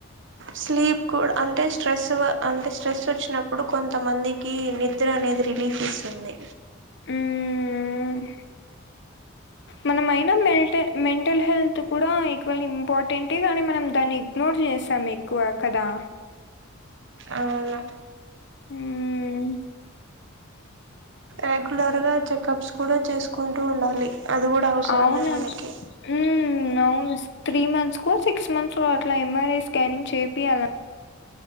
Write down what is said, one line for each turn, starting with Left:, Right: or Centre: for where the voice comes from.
Right: స్లీప్ కూడా అంటే స్ట్రెస్ వ అంటే స్ట్రెస్ వచ్చ ప్పుడు కొంత మందికి నిద్ర నిద్ర అనేది రిలీఫ్ ఇస్తుంది
Left: హ్మ్మ్ హ్మ్ మనమయినా మిల్టే మెంటల్ హెల్త్ కూడా ఈక్వల్ ఇంపార్టెంటే కానీ మనం దాన్ని ఇగ్నోర్ చేసాం ఎక్కువ కదా
Right: అవును
Left: ఉమ్
Right: రెగ్యులర్గా చెకప్స్ కూడా చేసుకుంటు ఉండాలి అది కూడా అవసరమే
Left: అవునం
Right: మనకి
Left: ఉమ్ అవును త్రీ మంత్స్ కొ సిక్స్ మంత్స్ కొ అట్లా ఎంఆర్ఐ స్కానింగ్ చేపి యల